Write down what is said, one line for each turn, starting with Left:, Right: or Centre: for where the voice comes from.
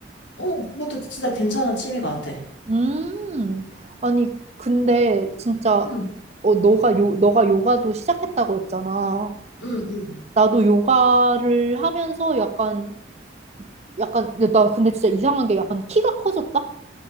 Left: 어, 그것도 진짜 괜찮은 취미 같아.
Right: 음, 아니, 근데 진짜,
Left: 응,
Right: 어, 너가 요, 너가 요가도 시작했다고 했잖아.
Left: 응, 응.
Right: 나도 요가를 하면서 약간 약간 야, 나 근데 진짜 이상한 게 약간 키가 커졌다?